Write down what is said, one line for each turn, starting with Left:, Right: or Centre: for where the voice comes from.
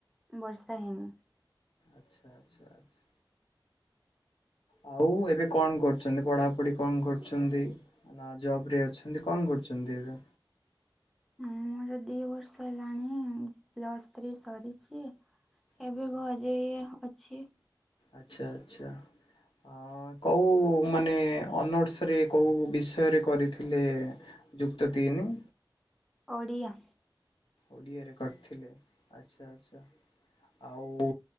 Centre: ବର୍ଷା ହେଇନି।
Left: ଆଚ୍ଛା ଆଚ୍ଛା ଆଚଛା। ଆଉ ଏବେ କଣ କରୁଚନ୍ତି? ପଢାପଢି କଣ କରୁଚନ୍ତି? ନା ଜବ ରେ ଅଛନ୍ତି? କଣ କରୁଛନ୍ତି ଏବେ?
Centre: ମୋର ଦୁଇ ବର୍ଷ ହେଲାଣି ପ୍ଲସ୍ ଥ୍ରୀ ସରିଛି। ଏବେ
Left: ଆଚ୍ଛା
Centre: ଘରେ ଅଛି।
Left: ଆଛା ଆଚ୍ଛା। ଅ କୋଉ ମାନେ ଅନର୍ସ ରେ କୋଉ ବିଷୟରେ କରିଥିଲେ? ଯୁକ୍ତ ତିନି।
Centre: ଓଡ଼ିଆ।
Left: ଓଡ଼ିଆରେ କରିଥିଲେ। ଆଚ୍ଛା ଆଛା। ଆଉ